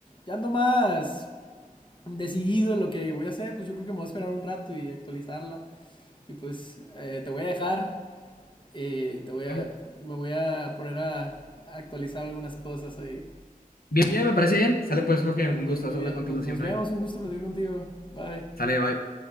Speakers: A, on the left (about 35°); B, on the left (about 90°).
A: ya ando más decidido en lo que voy a hacer. Pues yo creo que me voy a esperar un rato y actualizarla. Y pues eh, te voy a dejar. eh, te voy a,
B: Me-
A: me voy a poner a, a actualizar algunas cosas ahí.
B: Bien, bien, me parece bien. Sale pues, Jorge, un
A: Sí,
B: gusto
A: muy
B: hablar
A: bien.
B: contigo
A: Nos,
B: siempre.
A: nos vemos. Un gusto platicar contigo. Bye.
B: Sale, bye.